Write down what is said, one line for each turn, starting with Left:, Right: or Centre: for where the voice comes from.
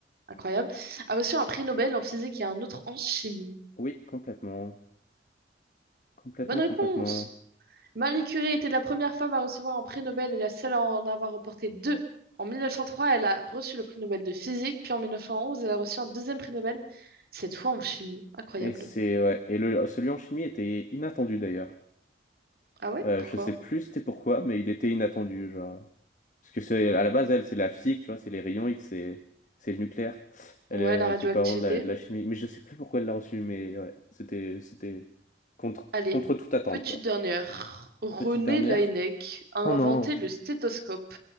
Right: Incroyable. A reçu un prix Nobel en physique et un autre en chimie.
Left: Oui, complètement. Complètement,
Right: Bonne réponse.
Left: complètement.
Right: Marie Curie était la première femme à recevoir un prix Nobel et la seule à en avoir remporté deux. En 1903, elle a reçu le prix Nobel de physique, puis en 1911, elle a reçu un deuxième prix Nobel, cette fois en chimie. Incroyable.
Left: Et c'est ouais. Et le celui en chimie était inattendu d'ailleurs.
Right: Ah ouais?
Left: Euh,
Right: Pourquoi?
Left: je sais plus c'était pourquoi, mais il était inattendu, genre. Parce que c'est à la base elle, c'est la physique, tu vois, c'est les rayons X, c'est c'est le nucléaire. Elle,
Right: Ouais,
Left: euh,
Right: la radioactivité.
Left: elle fait pas vraiment de la, de la chimie, mais je sais plus pourquoi elle l'a reçu, mais ouais, c'était c'était contre
Right: Allez,
Left: contre toute attente
Right: petite
Left: quoi.
Right: dernière. René
Left: Petite dernière.
Right: Laennec a inventé
Left: Oh non.
Right: le stéthoscope.